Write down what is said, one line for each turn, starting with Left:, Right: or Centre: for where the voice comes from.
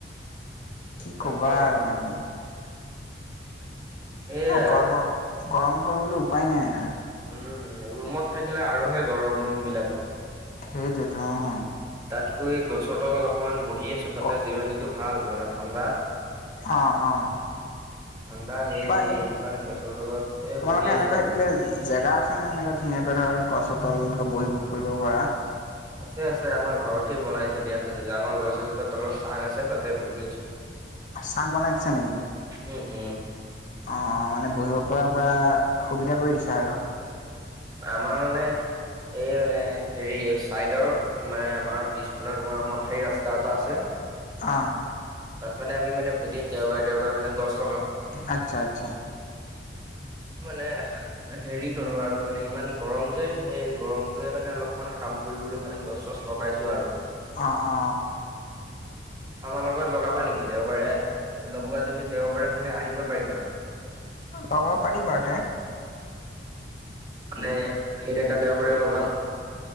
Left: কি
Right: তাকে
Left: ক'বা আৰু মানে।
Right: সেইয়াই
Left: এ
Right: আৰু
Left: গৰমৰ গৰমৰ পৰা বোলোঁ উপায় নাই আ
Right: উম, ৰুমত থাকিলে আৰুহে গৰম ৰুমবিলাকো।
Left: সেইটোৱেতো অ
Right: তাতকৈ গছৰ তলত অকণমান বহি আছোঁ তাতে
Left: ক
Right: জিৰণিটো ভাল মানে ঠাণ্ডা।
Left: অ অ
Right: ঠাণ্ডা সেই
Left: কিবা এ
Right: এইটো কাৰণে গছৰ তলত এ
Left: তোমালোকে
Right: বহি আছো
Left: এনেকৈ
Right: আৰু
Left: সেইফালে জেগা ধুনীয়াকৈ ধৰ গছৰ তল এনকা বহিব কৰিব পাৰা
Right: আছে আছে আমাৰ ঘৰতে বনাইছে দি আছে ডাঙৰ গছ এজোপা তলত চাং আছে, তাতে বহি আছো।
Left: চাং বনাই দিছা নেকি?
Right: উম, উম,
Left: অ মানে বহিব পৰা পৰা সুবিধা কৰি দিছা আৰু
Right: আমাৰ মানে এই মানে হেৰি চাইদৰ মানে আমাৰ পিছফালৰ তোমাৰ মথাৰি ৰাস্তা এটা আছে।
Left: আহ
Right: তাতমানে আমিমানে গোটেই দেওবাৰে দেওবাৰে মানে গছ লগাও।
Left: আটচ্ছা আটচ্ছা
Right: মানে হেৰি কৰো আৰু মানে ইমান গৰম যে সেই গৰমটোৱে মানে অলপমান সাম পৰিবলৈ মানে গছ-চছ লগাইছো আৰু
Left: অ অ
Right: আমাৰ লগত লগাবা নেকি দেওবাৰে লগোৱা, যদি দেওবাৰে মানে আহিব পাৰিবা।
Left: লগাব পাৰিম আৰু তে
Right: <unintelligible>